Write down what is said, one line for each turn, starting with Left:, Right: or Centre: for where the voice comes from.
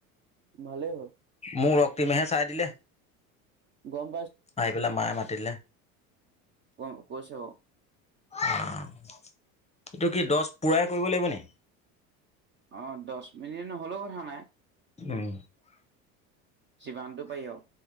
Right: ভালে হ'ল।
Left: মোৰ ৰক্তিমেহে চাই দিলে।
Right: গম
Left: আহি পেলাই মায়ে মা তিলে
Right: ক কৈছে ও।
Left: অ'। এইটো কি দছ পূৰাই কৰিব লাগিব নি? <inaudible>
Right: অ, দছ মিনিট নহ'লেও কথা নাই।
Left: উম।
Right: জিমানটো পাই আও।